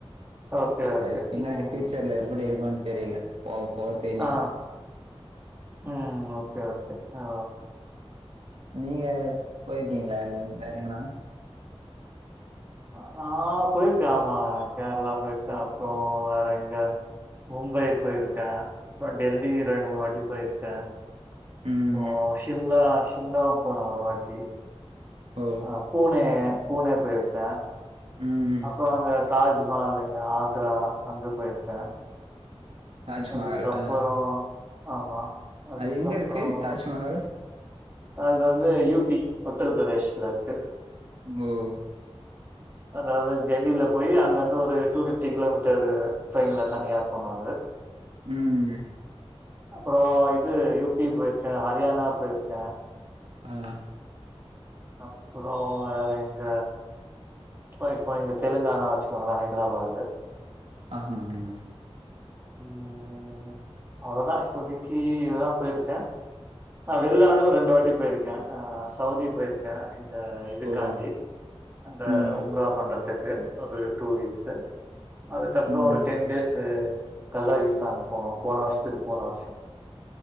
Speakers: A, on the right; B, on the right.
A: ஓகே, ஓகே.
B: அது பின்னாடி
A: ம்.
B: ஃப்யூச்சர்ல எப்டி இருக்குன் தெரியல போக போக தெரியு
A: ஆ ம் ஓகே ஓகே ஓ
B: நீங்க போயிருக்கீங்ளா இங் வேற எங்கனா
A: நா போயிருக்கே ஆமா கேரளா போயிருக்கே அப்றோ வேற எங்க மும்பை போயிருக்கே அப்றோ டெல்லி ரெண்டு மூணு வாட்டி போயிருக்கே
B: ம்
A: ஓ ஷிம்லா ஷிம்லாவு போனே ஒரு வாட்டி
B: ஓ
A: அ பூனே பூனே போயிருக்கே
B: ம்
A: அப்றோ அங்க தாஜ்மஹால் எங்க ஆக்ரா அங்க போயிருக்கே
B: தாஜ்மஹால்
A: அதுக்கப்பறோ
B: ஆ
A: ஆமா அதுக்கப்புறம்
B: அது எங்க இருக்கு தாஜ்மஹால்
A: அது வந்து யு பி உத்தரப்பிரதேஷ்ல இருக்கு
B: ப்ரோ
A: அதாவ்து டெல்லில போய் அங்கருந்து ஒரு டூ ஃபிஃப்டி கிலோமீட்டரு ட்ரெயின்ல தனியா போனாது
B: ம்
A: அபறோ இது யு பி போயிருக்கே ஹரியானா போயிருக்கே
B: ஆ
A: அப்றோ வேற எங்க போயிருப்போ இங்க தெலுங்கானா வச்சுக்கோங்களே ஹைட்ராபாத்து
B: ஆமாம்மா
A: ம் அவ்ளதா இப்போதைக்கி இதுதா போயிருக்கே ஆ வெளிநாடு ரெண்டு வாட்டி போயிருக்கே ஆ சவுதி போயிருக்கே இந்த இதுக்காண்டி
B: ஓ
A: அந்த
B: ம்
A: உம்ரா பண்றத்துக்கு ஒரு டூ வீக்ஸு அதுக்கப்பறோ
B: ம்
A: ஒரு டென் டேஸு கசாகிஸ்தான் போனோ போன வர்ஷத்துக்கு போன வர்ஷ